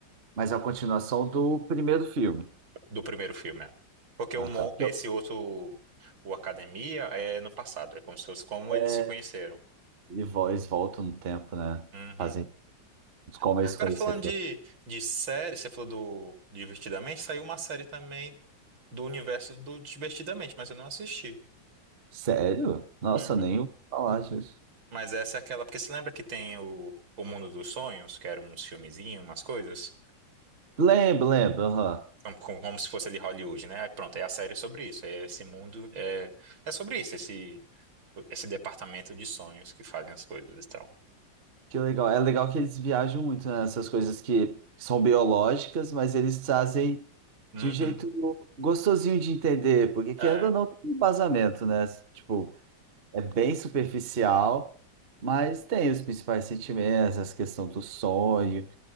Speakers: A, on the right (about 50°); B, on the right (about 80°).
A: mas é a continuação do primeiro filme.
B: do primeiro filme, é. Porque
A: Ah,
B: o, mon-
A: tá. Porque
B: esse
A: eu-
B: outro, o Academia, é no passado. É como se fosse como
A: é,
B: eles se conheceram.
A: e vo- eles voltam no tempo, né?
B: Uhum.
A: Fazem os como
B: Agora,
A: eles conheceram.
B: falando de, de série, você falou do Divertidamente, saiu uma série também do universo do Divertidamente, mas eu não assisti.
A: Sério? Nossa,
B: Uhum.
A: eu nem ouvi falar disso.
B: Mas essa é aquela, porque você lembra que tem o, o Mundo dos Sonhos, que eram uns filmezinhos, umas coisas?
A: Lembro, lembro. aham.
B: Então, Como, como se fosse ali Hollywood, né? Aí Pronto, é a série sobre isso. É esse mundo, é, é sobre isso, esse, esse departamento de sonhos que fazem as coisas e tal.
A: Que legal. É legal que eles viajam muito nessas coisas que são biológicas, mas eles trazem
B: Uhum.
A: de um jeito gostosinho de entender, porque querendo
B: É,
A: ou não, tem um embasamento, né? Tipo, é bem superficial, mas tem os principais sentimentos, essa questão do sonho,